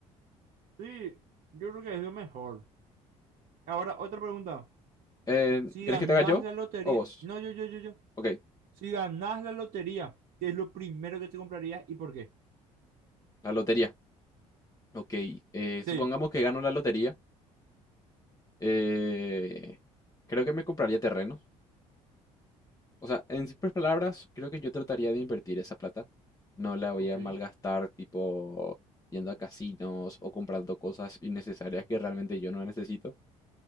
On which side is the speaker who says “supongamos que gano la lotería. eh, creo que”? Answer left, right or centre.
Left